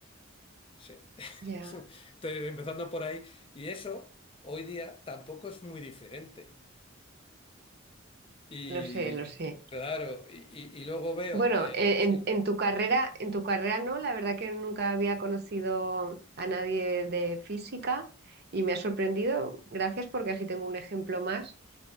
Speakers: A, on the left; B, on the right.
A: <laughs>
B: ya.
A: Entonces, empezando por ahí. Y eso, hoy día, tampoco es muy diferente. Y
B: Lo sé, lo sé.
A: claro, y, y- y luego veo,
B: Bueno,
A: eh,
B: eh,
A: sí.
B: en, en tu carrera, en tu carrera no, la verdad que nunca había conocido a nadie de física y me ha sorprendido. Gracias porque así tengo un ejemplo más